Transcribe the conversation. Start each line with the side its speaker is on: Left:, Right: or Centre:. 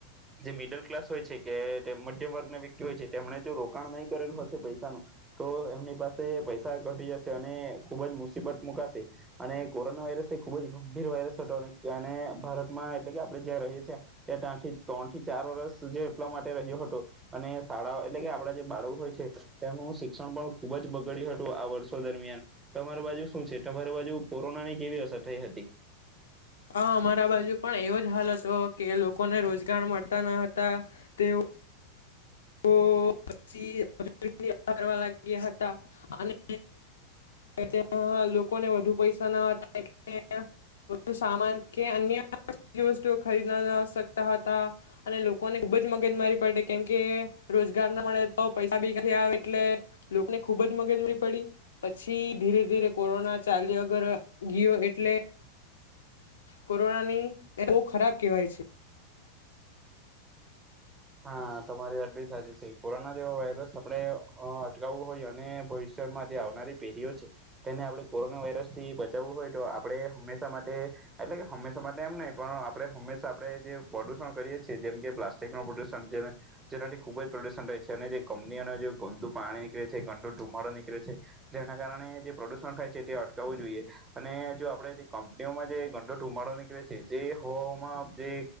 Right: જે મિડલ ક્લાસ હોય છે કે વર્ગ વ્યક્તિ હોય છે તેમણે જો રોકાણ નહીં કરેલું હશે પૈસાનું તો એમની પાસે પૈસા ઘટી જશે અને ખુબ જ મુસીબત મુકાશે અને કોરોના વાયરસ એ ખૂબ જ ગંભીર વાયરસ હતો અનેને ભારતમાં એટલે કે આપણે જ્યાં રહીએ છીએ ત્યાં ત્યાંથી ત્રણ થી ચાર વર્ષ જે એટલા માટે રહ્યો હતો. અને શાળાઓ એટલે કે આપણા જે બાળકો હોય છે તેમનું શિક્ષણ પણ ખુબ જ બગડ્યું હતું આ વર્ષો દરમિયાન તમારી બાજુ શું છે તમારી બાજુ કોરોના ની કેવી અસર થઈ હતી?
Left: હા અમારા બાજુ પણ એવો જ હાલ હતો કે લોકોને રોજગાર મળતા ન હતા તેઓ <unintelligible> લાગ્યા હતા અને ત્યાં લોકોને વધુ પૈસા ના હતા સામાન કે અન્ય વસ્તુ ખરીદ ના ના શકતા હતા અને લોકોને ખુબ જ મગજ મારી પડતી કેમકે રોજગાર ના મળે તો પૈસા બી આવે એટલે લોકોને ખુબ જ મગજની પડી પછી ધીરે ધીરે કોરોના ચાાલ્યા અગર ગિયો એટલે કોરોનાની બહુ ખરાબ કહેવાય છે.
Right: હા તમારી વાત બી સાચી છે કોરોના જેવો વાયરસ આપણે અટકાવવું હોય અને ભવિષ્યમાં જે આવનારી પેઢીઓ છે તેને આપડણે કોરોના વાયરસ થી બચાવવું હોય તો આપણે હંમેશા માટે એટલે હંમેશા માટે એમ નહ પણ આપણે હંમેશા આપણે જે પ્રદુષણ કરીએ છીએ જેમ કે પ્લાસ્ટિક ન પ્રદુષણ <unintelligible> જેનાથી ખુબ જ પ્રદુષણ રહે છે અને જે કંપનીઓને જે ગંદુ પાણી નીકળે છે ગંદો ધુમાડો નીકળે છે જેના કારણે જે પ્રદુષણ થાય છે તે અટકાવવું જોઈએ અને જો આપણેે જે કંપનીઓમાં જે ગંદો ધુમાડો નીકળે છે જે હવામાં જે